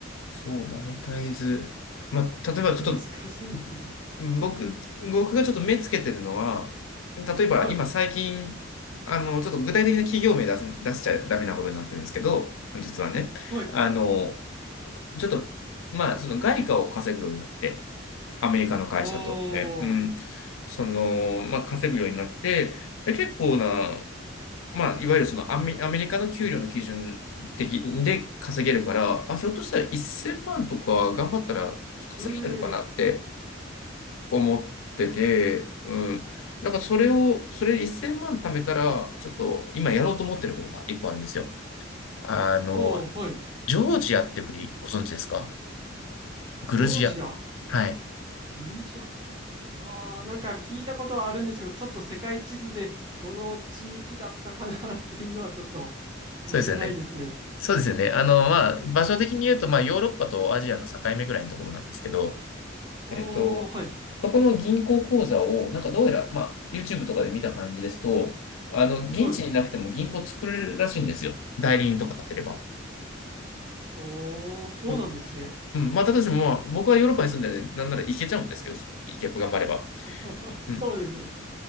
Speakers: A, on the left; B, on the right.
A: そう、マネタイズ。まあ、例えばちょっと、
B: そう、難しいんですけど。
A: 僕、僕がちょっと目つけてるのは、例えば今最近、
B: はい、
A: あの、ちょっと具体的な企業名出せ、出しちゃダメなことになってるんですけど、実はね、
B: はい。
A: あの、ちょっと、まあ、その外貨を稼ぐようになって、アメリカの会社と、
B: あ
A: ね、うん、
B: ー、
A: その、まあ、稼ぐようになって、で結構なまあ、いわゆるそのアメ、アメリカの給料の基準的で稼げるから、あ、ひょっとしたら1000万とか頑張ったら稼げるのかなって
B: うー、
A: 思ってて、うん。なんかそれを、それ1000万貯めたら、ちょっと今やろうと思ってることが一個あるんですよ。あの、
B: おー、はい。
A: ジョージアって国ご存知ですかグルジア。
B: ジョージア、
A: はい。
B: えグルジア、ああー、なんか聞いたことはあるんですけど、ちょっと世界地図でどの地域だったかなっていうのはちょっと
A: そうですよね。
B: 自信ないですね。
A: そうですよね。あの、まあ、場所的に言うと、まあ、ヨーロッパとアジアの境目ぐらいのところなんですけど、
B: ああはい。
A: えっと、そこの銀行口座を、なんかどうやら、まあ、YouTube とかで見た感じですと、あの、現地になくても銀行作れるらしいんですよ。
B: はい
A: 代理人とか立てれば。
B: おー、そうなんですね。
A: うん。うん。まあ、私もまあ、僕はヨーロッパに住んでるんで、なんなら行けちゃうんですけど、行けば頑張れば。
B: <laughs>
A: うん。
B: そうです。